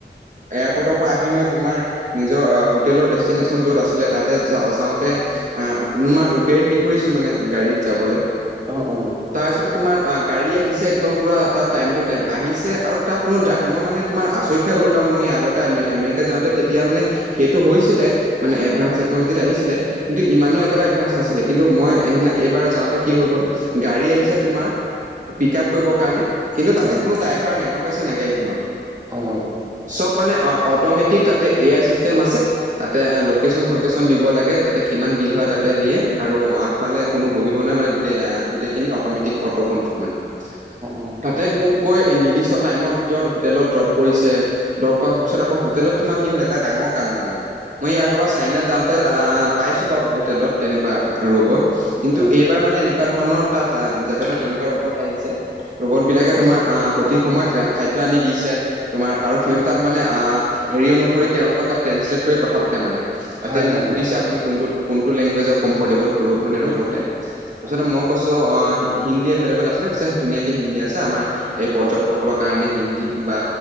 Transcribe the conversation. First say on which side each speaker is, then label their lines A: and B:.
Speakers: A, on the right; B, on the right.
A: এয়াৰপৰ্টৰ পৰা আহি মই তোমাৰ নিজৰ হোটেলৰ ডেষ্টিনেশ্যন য'ত আছিলে তাতে যা যাওঁতে আহ তোমাৰ উবেৰ হেৰি কৰিছোঁ মানে গাড়ীত যাবলৈ
B: অ', অ'।
A: তাৰ পিছতে তোমাৰ গাড়ী আহিছে একদম পুৰা তাত টাইম টু টাইম আহিছে আৰু তাত কোনো ড্ৰাই মই মানে তোমাৰ আচৰিত খাই গ'লো কাৰণ মই ইয় আগতে আম আমেৰিকা যাওঁতে তেতিয়া মানে সেইটো হৈছিলে মানে এডভান্স
B: অ
A: টেকন'লজিত আহিছিলে কিন্তু ইমানো একেবাৰে এডভান্স নাছিলে কিন্তু মই সেইদিনা এইবাৰ যাওঁতে কি হৈ গ'ল গাড়ী আহিছে তোমাৰ পিক আপ কৰিবৰ কাৰণে কিন্তু তাতে
B: অ
A: কোনো ড্ৰাইভাৰ নাই গম পাইছে নাই। গাড়ীখনত
B: অ
A: চব মানে অ', অ'। অট'মেটিক তাতে এ আই চিষ্টেম আছে। তাতে লোকেশচন চকেচন দিব লাগে তাতে কিমান বিল হয় তাতে দিয়ে আৰু ইফে কোনো বহিব নাই মানে গোট গোটেইখিনি অ'মেটিক অ', মানে।
B: অ
A: তাতে মোক গৈ নিৰ্দিষ্ট টাইমৰ ভিতৰত হোটেলত ড্ৰপ কৰিছে। দৰকাৰাৰ পিছ আকৌ হোটেলত তোমাৰ কি হল এটা ডাঙৰ কাণ্ড মানে। মই ইয়াৰ কাৰব পৰা চাইনাত যাওঁতে পাইছোঁ বাৰু হোটেলত। তেনেকুৱা ৰ'বত কিন্তু
B: অ
A: এইবাৰ মানে এনেকুৱা ধৰণৰ তাত তেনেকুৱা ৰ'বত আহিছে ৰোবত বিলাকে তোমাৰ আহ সঠিক সময়ত খাদ্যয় আনি দিছে তোমাৰ আৰু সিহঁত তাত মানে হেৰি অনুসৰি তেওঁলোকৰ তাত ট্ৰেলেট, কথা পাতে মানে তাতে
B: হয়
A: মোক
B: হয়
A: সুধিছে আপুনি কোনটো কোনটো লেংগুৱেজৰ কমফৰ্টেবল। ৰূপ মানে
B: উম,
A: ৰূপতে
B: উম,
A: তাৰপিছতে
B: হয়,
A: মই কৈছো অ হিন্দী এভলেবল আছে। নে কৈ ধুনীয়াকে হিন্দী আছে আমাৰ এই পৰ্যটকসকলৰ কাৰণে হিন্দী বা